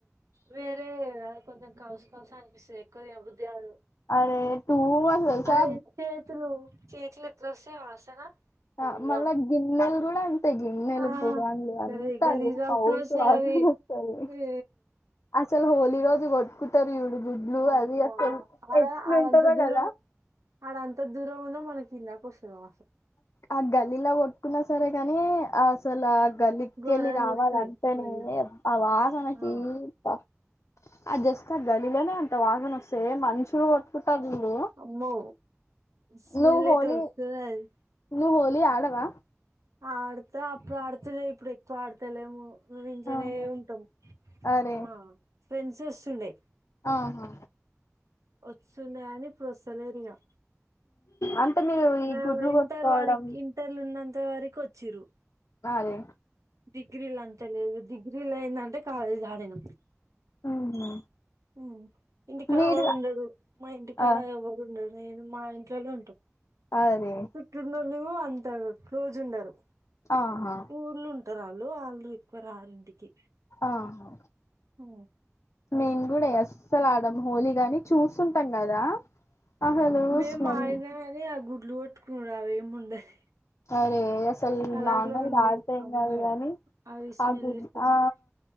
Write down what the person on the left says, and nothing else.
అరే టూ మచ్ తెలుసా
అ
మళ గిన్నెలు గుడాన్ ఈగిన్నెలు
బుగాన్లు అంతా
అది
కౌసు
వాసన
వస్తది.
అద్ చాల హోలిరోజు కొట్కు కుట్టారు చూడు గుడ్లు
అది అసలు
ఎట్లుంటదో
కదా
ఆ గల్లీలా కొట్టుకున్నా సరే కాని అసలఆ గలికిళ్ళి
రావాలంటేనే
అబ్బావాసనకి
అబ్బా అ జస్ట్ అ గల్లిలోనే అంతా వాసన వస్తది మనుషులు కొట్టుకు ట్టాను
నువ్ హోళి
నువ్వు హోలీ ఆడవా?
ఆహా
అరే
ఆహా
అంటే మీరు ఈ
గుడ్లు
కొట్టుకోవడం
అరే
ఉహు
మీరు
ఆ
అరే
ఆహా
ఆహా
మేము కూడా అస్సలు ఆడమ్ హోలీగాని చూసుంటాం కదా అసలు
స్మెల్
అరే అసలు
నానా
రాత
కాదు కాని
ఆ గుడ్లు
ఆ